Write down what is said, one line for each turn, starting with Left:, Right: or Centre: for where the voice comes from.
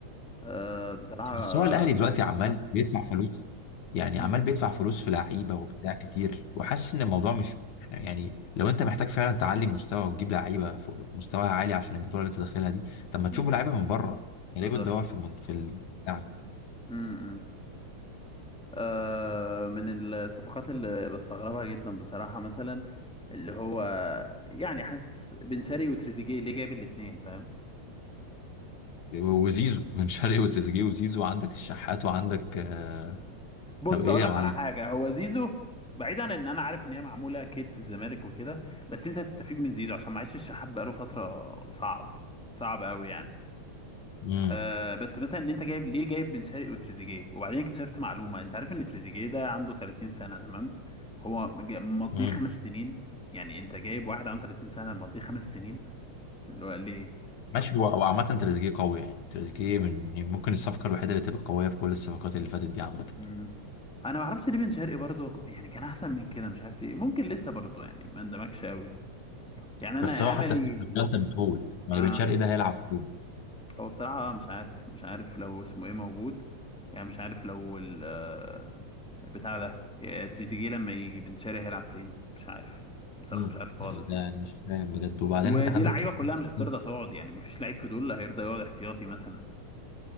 Centre: آه بصراحة
Left: بس
Centre: آه،
Left: هو الاهلي دلوقتي آه. عمال بيدفع فلوس يعني
Centre: م-
Left: عمال بيدفع فلوس في لعيبه وبتاع كتير وحاسس ان الموضوع مش احنا يعني لو انت محتاج فعلا تعلي مستوى وتجيب لعيبه فوق- مستواها عالي عشان البطوله اللي انت داخلها دي طب ما تشوفوا
Centre: م-
Left: لعيبه من بره
Centre: بالظبط
Left: يعني ليه بتدور في المن... في اللاعب
Centre: م- آه، من الصفقات اللي بستغربها جدا بصراحة مثلا اللي هو يعني حاسس بن شرقي وتريزيجيه اللي جايب الاتنين فاهم
Left: وزيزو <laughs> بن شرقي وتريزيجيه وزيزو عندك الشحات وعندك آه،
Centre: بص
Left: طب ايه
Centre: هقول
Left: يا
Centre: لك
Left: معلم
Centre: على حاجة هو زيزو بعيدا عن ان انا عارف ان هي معمولة كيد في الزمالك وكده بس انت هتستفيد من زيزو عشان معيش الشحات بقاله فترة صعب صعب قوي يعني
Left: امم
Centre: آه بس مثلا ان انت جايب ليه جايب بن شرقي وتريزيجيه وبعدين اكتشفت معلومه انت عارف ان تريزيجيه ده عنده 30 سنه تمام هو جا- مضيه
Left: امم
Centre: خمس سنين يعني انت جايب واحد عنده 30 سنه مضيه خمس سنين اللي هو ليه
Left: ماشي هو هو عامه تريزيجيه قوي يعني تريزيجيه من يعني ممكن الصفقه الوحيده اللي تبقى قويه في كل الصفقات اللي فاتت دي عامه
Centre: مم. انا ما اعرفش ليه بن شرقي برضه يعني كان احسن من كده مش عارف ايه ممكن لسه برضه يعني ما اندمجش قوي يعني انا
Left: بس هو
Centre: صح املي
Left: حتى في الشغل انت مجهول يعني
Centre: اه
Left: بن شرقي ده هيلعب فين؟
Centre: هو بصراحه مش عارف مش عارف لو اسمه ايه موجود يعني مش عارف لو ال- آه، بتاع ده يا تريزيجيه لما يجي بن شرقي هيلعب فين مش عارف بصراحة
Left: مم.
Centre: مش عارف خالص
Left: يعني ده
Centre: يعني
Left: مش فاهم بجد وبعدين
Centre: ودي
Left: انت عندك
Centre: لعيبة
Left: كمية
Centre: كلها مش هترضى
Left: لعيبة
Centre: تقعد يعني مفيش لعيب في دول هيرضى يقعد احتياطي مثلا